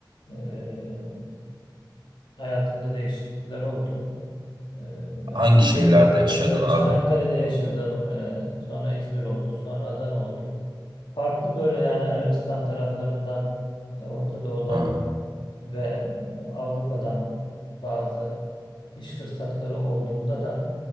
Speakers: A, on the left; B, on the right.
A: eee, hayatımda değişiklikler oldu. Eee, yani
B: Hangi şeylerde
A: diyelim,
B: yaşadın
A: mesela
B: abi?
A: Çanakkale'de yaşadım, eee, sonra İzmir oldu, sonra Adana oldu. Farklı böyle yani Arabistan taraflarından, e, Orta Doğu'dan
B: Ha,
A: ve e, Avrupa'dan bazı iş fırsatları olduğunda da